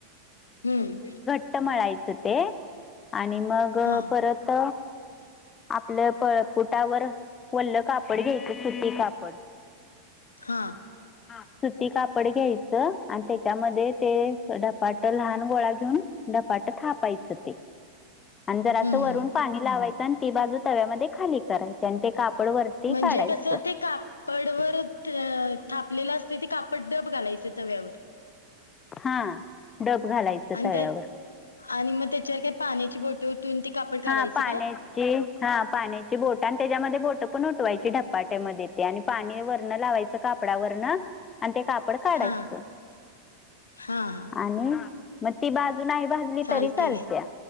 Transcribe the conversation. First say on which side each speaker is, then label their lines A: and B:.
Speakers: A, on the left (about 75°); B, on the left (about 20°).
A: हम्म
B: ट म्हळायचं ते आणि मग
A: हा
B: परत आपलं पळपुटावर वल्लं कापड घ्यायचं सुती कापड
A: हा
B: ह सुती कापड घ्यायचं आणि त्याच्यामध्ये ते डपाट लहान वोळा घेऊन डपाट थापायचं ते आणि जर असं
A: हम्म
B: वरून पाणीलावायचं आणि ती बाजू तव्यामध्ये खाली करायची आणि ते कापड वरती
A: म्हणजे
B: काढायचं
A: कस ते कापडवरर थापलेलं असते ते कापड दडब घालायचं तव्यावर
B: हा डब घालायचं
A: आणि
B: तव्यावर
A: त्या आणि मग त्याच्यावर काय पाण्याची बोट ओतून ते कापड काढायचं
B: हा पाण्याची हा पाण्याची बोट आणि त्याच्यामध्ये बोट पण उठवायची पाट्यामध्ये ते आणि पाणी वरन लावायचं कापडावरन आणि ते कापड काढायचं
A: हा हा हा
B: आणि मग ती बाजू नाही भाजली
A: चालते
B: तरी चालत्या
A: घे